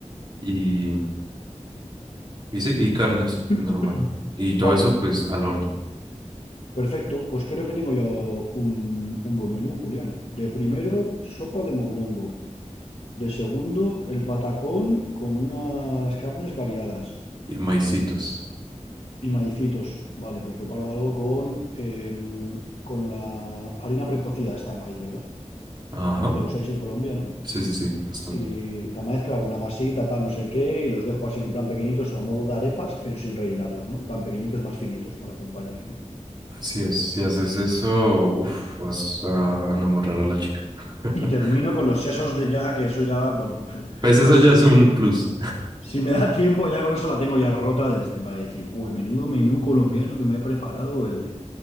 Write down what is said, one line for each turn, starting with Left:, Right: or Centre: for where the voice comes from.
Right: y, y sí, y carnes
Left: <clears throat>
Right: normal. Y todo
Left: Vale,
Right: eso pues al horno
Left: perfecto. Pues creo que tengo ya un, un buen menú, Julián. De primero, sopa de mondongo. De segundo, el patacón con unas carnes variadas
Right: y maicitos.
Left: y maicitos. Vale, pues preparo algo con, em, con la harina precocida esta de maíz, ¿verdad?
Right: Ajá,
Left: también lo usáis en Colombia, ¿no?
Right: sí, sí, sí, bastante.
Left: Y la mezcla, una masita, tal, no sé qué, y los dejo así con plan pequeñitos, a modo de arepas, pero sin rellenarlas, ¿no? En plan pequeñitos más finitos para acompañar, ¿no?
Right: Así es, si haces eso, uf, vas a enamorar a la chica. <laughs>
Left: Y termino con los sesos de ya, que eso ya, bueno, <laughs>
Right: Pues eso
Left: no sé
Right: ya es
Left: si,
Right: un plus.
Left: si me da tiempo, ya con eso la tengo ya rota desde para decir, "Jue, menudo menú colombiano que me he preparado, el,